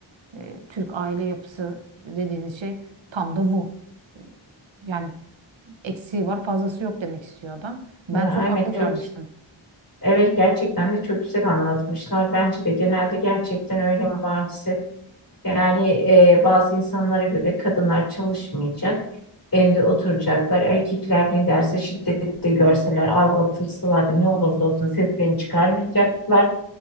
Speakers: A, on the right; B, on the left.
A: e, Türk aile yapısı dediğiniz şey tam da bu. E, Yani eksiği var, fazlası yok demek istiyor adam. Ben
B: ya
A: çok
B: evet
A: haklı
B: çok
A: görmüştüm.
B: Evet gerçekten de çok güzel anlatmışlar. Bence de genelde gerçekten öyle maalesef. Yani e, bazı insanlara göre kadınlar çalışmayacak, evde oturacaklar. Erkekler ne derse şiddette görseler, aldatılsalar da ne olursa olsun seslerini çıkarmayacaklar.